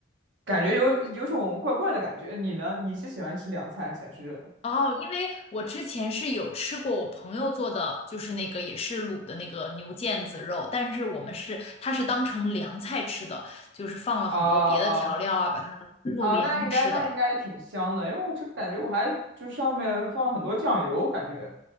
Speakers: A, on the right (about 65°); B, on the left (about 30°).
A: 感觉有有种怪怪的感觉。你呢？你是喜欢吃凉菜还是喜欢吃热的？
B: 哦，因为我之前是有吃过我朋友做的，就是那个也是卤的那个牛腱子肉，但是我们是它是当成凉菜吃的，就是放了很多别的调料啊，
A: 啊啊
B: 把它弄凉吃的。
A: 啊！那应该那应该挺香的，因为我这个感觉我还就上面放了很多酱油，感觉